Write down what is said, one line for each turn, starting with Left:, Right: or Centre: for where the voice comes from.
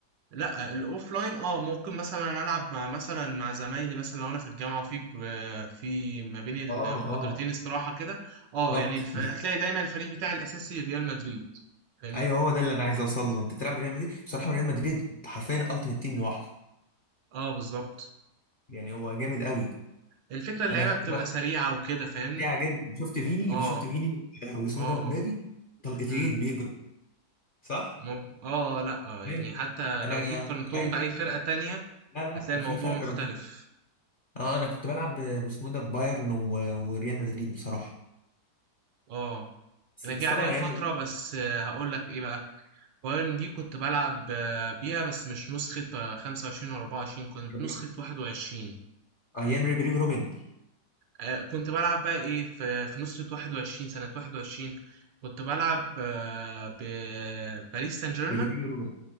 Right: لا الاوفلاين اه ممكن مثلا العب مع مثلا مع زمايلي مثلا لو انا في الجامعه وفي ب- في ما بين المحاضرتين
Left: اه اه
Right: استراحه كده اه
Left: بالظبط
Right: يعني الف... هتلاقي دايما الفريق بتاعي الاساسي ريال مدريد فاهمني
Left: ايوه هو ده اللي انا عايز اوصل له انت تلعب ريال مدريد بصراحه ريال مدريد حرفيا التيمت تيم لوحده
Right: اه بالظبط
Left: يعني هو جامد قوي
Right: الفكره اللعيبه
Left: انا كنت
Right: بتبقى
Left: بلعب
Right: سريعه وكده فاهمني
Left: سريع جدا شفت فيني
Right: اه
Left: شفت فيني <laughs> آه، واسمه
Right: اه
Left: ده مبابي طلقتين
Right: امم
Left: بيجروا صح
Right: مب... اه لا آه، يعني
Left: ايوه
Right: حتى
Left: انا
Right: لو جيت قارنتهم
Left: ايوه
Right: باي فرقه تانية
Left: لا لا
Right: هتلاقي الموضوع
Left: في فرق
Right: مختلف
Left: رهيب اه انا كنت بلعب ب- باسمه ده بايرن و- وريال مدريد بصراحه
Right: اه
Left: بس
Right: انا
Left: بس
Right: جه
Left: طبعا
Right: عليا
Left: ريال
Right: فتره
Left: مدريد
Right: بس آه، هقول لك ايه بقى وان دي كنت بلعب آه، بيها بس مش نسخة آه، 25 و 24 كنت
Left: <laughs>
Right: نسخة 21
Left: ايام ريبيري روبن
Right: آه، كنت بلعب بقى ايه في في نسخة 21 سنة 21 كنت بلعب آه، بباريس سان جيرمان
Left: ريبيري روبن